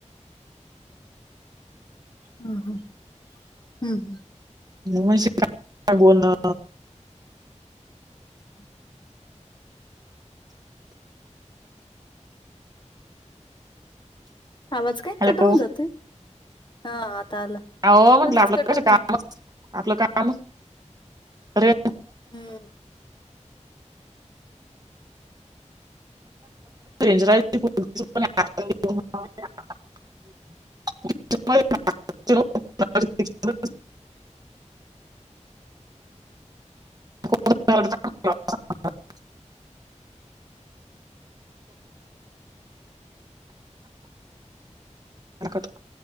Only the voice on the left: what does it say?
हम् हम हम्म.
हम् ह <inaudible> आवाज काय
कट होवून जातोय? हां आता आला.
मध्येच
कट
होतो
हम्म